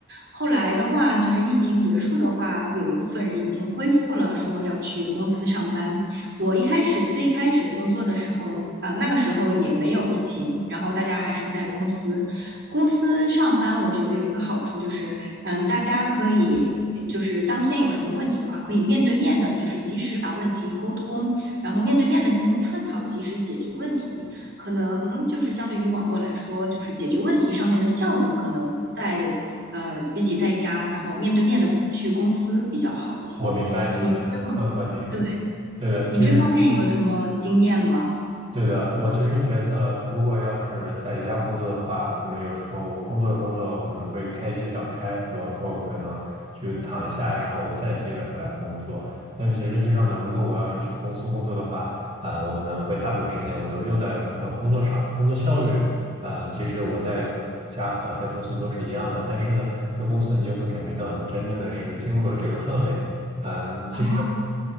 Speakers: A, on the right; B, on the right.
A: 后来的话，就是疫情结束的话，有一部分人已经恢复了说要去公司上班，我一开始最开始工作的时候，呃，那个时候也没有疫情，然后大家还是在公司，公司上班，我觉得有一个好处就是，嗯，大家可以就是当天有什么问题的话，可以面对面的，就是及时把问题沟通，然后面对面的进行探讨，及时解决问题。可能就是相对于网络来说，就是解决问题上面的效率，可能在呃比起在家，然后面对面的去公司比较好一些。
B: 我明白你的呃观点，
A: 你对，
B: 对的，其实。
A: 你这方面有什么经验吗？
B: 对的，我其实觉得，如果要是在家工作的话，可能有时候我工作工作，我可能会开一些小差，比方说，我可能去躺一下，然后我再接着回来工作。但其实实际上呢，如果我要是去公司工作的话，啊、我可能会大部分时间我都用在呃工作上，工作效率，呃，其实我在家和在公司都是一样的，但是呢，在公司你就会感觉到你真正的是进入了这个氛围。嗯，
A: 啊，
B: 其实。